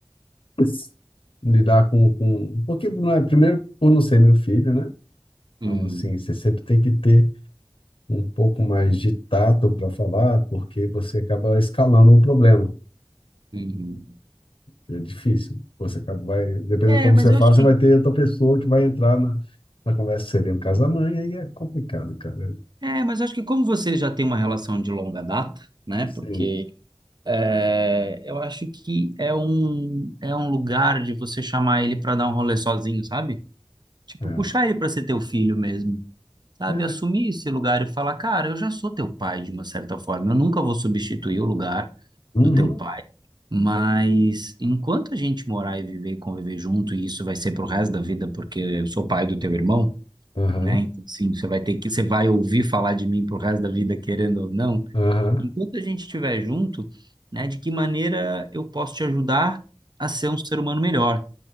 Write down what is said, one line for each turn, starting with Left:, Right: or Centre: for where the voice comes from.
Left: <laughs> s- lidar com, com... Porque, não é, primeiro, por não ser meu filho, né? Então,
Right: Uhum,
Left: assim, você sempre tem que ter um pouco mais de tato para falar, porque você acaba escalando um problema.
Right: uhum.
Left: É difícil. Você acaba- vai, dependendo
Right: É,
Left: de como
Right: mas
Left: você
Right: eu
Left: fala,
Right: acho
Left: você
Right: que,
Left: vai ter outra pessoa que vai entrar na, na conversa, que seria no caso da mãe, aí é complicado, cara.
Right: é, mas eu acho que como você já tem uma relação de longa data, né?
Left: Sim.
Right: Porque é, eu acho que é um, é um lugar de você chamar ele para dar um rolê sozinho, sabe? Tipo,
Left: É.
Right: puxar ele para ser teu filho mesmo. sabe,
Left: É.
Right: assumir esse lugar e falar, cara, eu já sou teu pai de uma certa forma, eu nunca vou substituir o lugar
Left: Uhum.
Right: do teu pai, mas enquanto a gente morar e viver e conviver junto, e isso vai ser pro resto da vida, porque eu sou pai do teu irmão,
Left: Aham.
Right: né? Então, sim, você vai ter que, você vai ouvir falar de mim pro resto da vida, querendo ou não.
Left: Aham.
Right: Enquanto a gente estiver junto, né, de que maneira eu posso te ajudar a ser um ser humano melhor?